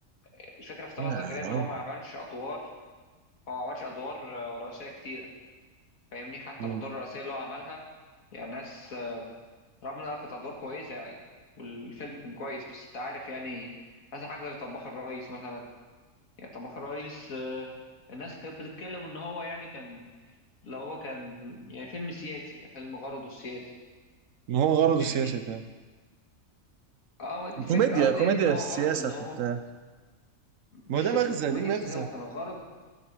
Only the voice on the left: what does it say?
الفكره في طلعت
زكريا ان
هو ما عملش ادوار هو ما عملش ادوار آه، رئيسيه كتير فاهمني حتى
الأدوار الرئيسية اللي هو عملها يعني ناس رغم إنها كانت أدوار كويسة يعني والفيلم كان كويس بس أنت عارف يعني مثلا حاجة زي طباخ الرئيس مثلا يعني طباخ الرئيس آه، الناس كانت بتتكلم إن هو يعني كان لو هو كان يعني فيلم سياسي يعني فيلم غرضه سياسي
فاهمني؟
اه ما دي الفكرة
قصدي
يعني إن هو
غرضه إن هو
مش
فكرة
كوميديا
في السياسة هو كان غرضه